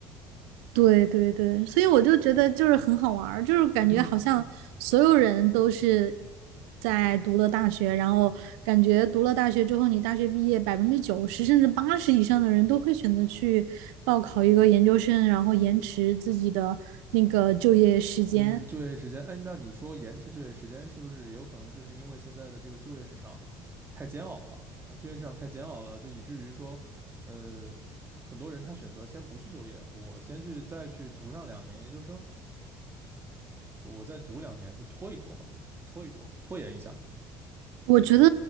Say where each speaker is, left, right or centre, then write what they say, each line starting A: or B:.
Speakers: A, on the right; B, on the right.
A: 对对对，所以我就觉得就是很好玩儿，就是感觉好像所有人都是
B: 嗯
A: 在读了大学，然后感觉读了大学之后，你大学毕业百分之九十甚至八十以上的人都会选择去报考一个研究生，然后延迟自己的那个就业时间。
B: 嗯，就业时间，哎，那你说延迟就业时间是不是也有可能就是因为现在的这个就业市场太煎熬了啊，就业市场太煎熬了，就以至于说，呃，很多人他选择先不去就业，我先去再去读上两年研究生，就我再读两年，就拖一拖嘛，拖一拖，拖延一下。
A: 我觉得，